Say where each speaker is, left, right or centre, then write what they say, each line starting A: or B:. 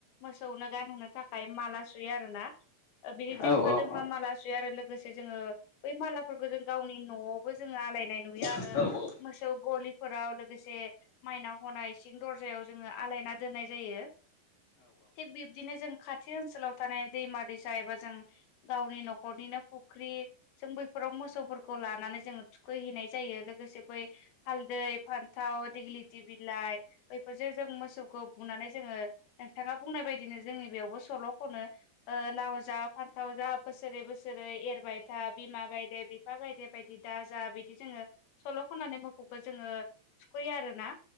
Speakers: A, on the left; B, on the left.
A: मोसौनो गानहोनो थाखाय माला सुयो आरो ना। बिदि जोंफा
B: औ
A: जोंफा
B: औ
A: माला सुयो आरो लोगोसे जोङो बै मालाफोरखौ जों गावनि न'आवबो जोङो आलायनाय नुयो आरो
B: औ
A: मोसौ गलिफोराव लोगोसे माइनाव हनाय इसिं दरजायाव जोङो आलायना दोननाय जायो। थिग बिब्दिनो जों खा खाथि ओनसोलाव थानाय दैमा दैसा एबा जों गावनि न'खरनिनो फुख्रि जों बैफोराव मोसौफोरखौ लानानै जोङो थुखैहैनाय जायो लोगोसे बै हालदै फथ अ दगलिद बिल बफोरजों जों मोसौखौ बुनानै जोङो नोंथाङा बुंनाय बायदिनो जोंनि बेयावबो सल' खनो। लाव जा फान्थाव जा बोसोरै बोसोरै एरबाय। था बिमा गायदे बिफा गायदे बायदि दाजा बिदि जोङो सल' खननानै मोसौखौ जोङो थुखैयो आरो ना